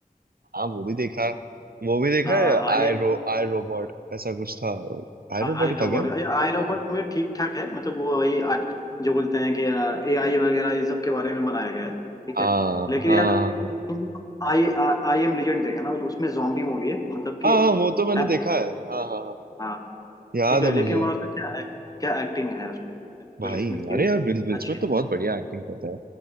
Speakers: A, on the right (about 75°); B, on the left (about 25°).
A: हाँ वो भी देखा है वो भी देखा
B: I
A: है आई
B: Am
A: रो आई रोबोट ऐसा कुछ था आई रोबोट
B: I
A: ही
B: Robot
A: था क्या
B: I Robot
A: हाँ
B: में ठीक ठाक है मतलब वो वही आज जो बोलते हैं कि ए आई वगैरह ये सब के बारे में बनाया गया है ठीक
A: हाँ
B: है लेकिन
A: हाँ
B: यार
A: हाँ
B: तुम आई आई एम लेजेंड देखा ना तो उसमें जॉम्बी मूवी है मतलब
A: हाँ
B: कि
A: हाँ, हाँ, वो तो मैंने
B: एप
A: देखा है हाँ हाँ हाँ
B: हाँ हाँ,
A: याद
B: ठीक है
A: है
B: लेकिन
A: मुझे
B: वो उसमें क्या क्या एक्टिंग है उसमें
A: भाई
B: विल स्मिथ की
A: अरे
B: भी
A: यार विल विल
B: अच्छी
A: स्मिथ
B: है।
A: तो बहुत बढ़िया एक्टिंग करता है